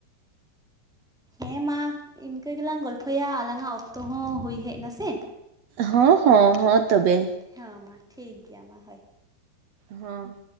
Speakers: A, in the centre; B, on the right (about 80°).
A: ᱦᱮᱸ ᱢᱟ ᱤᱝᱠᱟᱹ ᱜᱮᱞᱟᱝ ᱜᱚᱞᱯᱷᱚᱭᱟ ᱟᱞᱟᱝᱟᱜ ᱚᱠᱛᱚ ᱦᱚᱸ ᱦᱩᱭ ᱦᱮᱡ ᱱᱟ ᱥᱮ
B: ᱦᱚᱸ ᱦᱚᱸ ᱦᱚ ᱛᱚᱵᱮ
A: ᱦᱮᱸ ᱢᱟ ᱴᱷᱤᱠ ᱜᱮᱭᱟ ᱢᱟ ᱦᱚᱦ
B: ᱦᱚᱸ